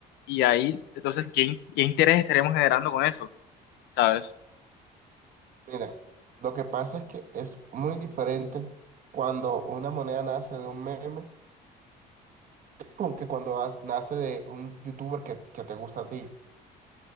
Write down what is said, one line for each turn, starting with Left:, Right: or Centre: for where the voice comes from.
Left: Y ahí, entonces, ¿qué, qué interés estaremos generando con eso? ¿Sabes?
Right: Mira, lo que pasa es que es muy diferente cuando una moneda nace de un meme con que cuando as- nace de un youtuber que, que te gusta a ti.